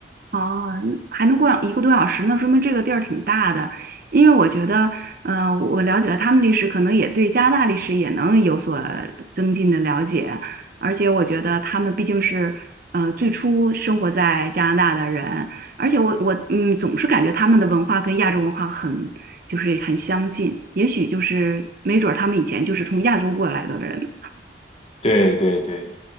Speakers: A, on the right (about 50°); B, on the left (about 35°).
A: 哦，那还能过一个多小时，那说明这个地儿挺大的。因为我觉得，嗯，我了解了他们历史，可能也对加拿大历史也能有所增进的了解。而且我觉得他们毕竟是，呃，最初生活在加拿大的人，而且我我嗯，总是感觉他们的文化跟亚洲文化很就是很相近，也许就是没准儿他们以前就是从亚洲过来的人呢。
B: 对对对。